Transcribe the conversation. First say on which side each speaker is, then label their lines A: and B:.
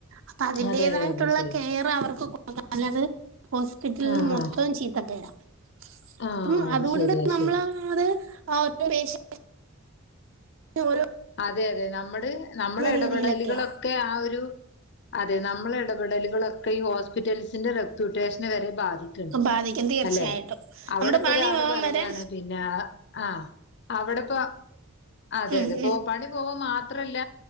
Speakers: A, on the right; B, on the left.
A: അപ്പ അതിന്റേതായിട്ടുള്ള
B: അതെ അതെ അതെ ശരി
A: കെയർ അവർക്ക് കൊ <unintelligible> ഹോസ്പിറ്റല്ന്
B: ആ
A: മൊത്തം
B: ആ
A: ചീത്ത പേരാ
B: ആഹ്
A: അപ്പം
B: അത്
A: അതുകൊണ്ട്
B: ശെരിയാ
A: നമ്മളത്
B: ശരി
A: <unintelligible> റേഷൻ ന് ഒരോ
B: അതെ അതെ നമ്മള് നമ്മള എടപെടലുകളൊക്കെ
A: രീതിയിലൊക്കെയാ
B: ആ ഒരു അതെ നമ്മളെ എടപെടലുകളൊക്കെ ഈ ഹോസ് ഹോസ്പിറ്റൽസിൻ്റെ റെപ്യൂട്ടേഷന് വരെ ബാധിക്കുണ്ട്
A: ബാധിക്കും തീർച്ചയായിട്ടും
B: അല്ലെ അവിടെപ്പോ
A: നമ്മുടെ പണി
B: ഒരാള്
A: പോവാൻ
B: പറയാണ്
A: വരെ
B: പിന്നെ ആ അവിടെപ്പ അതെ
A: ഉം
B: അതെ
A: ഉം
B: പ്പോ പണി പോം മാ ത്രല്ല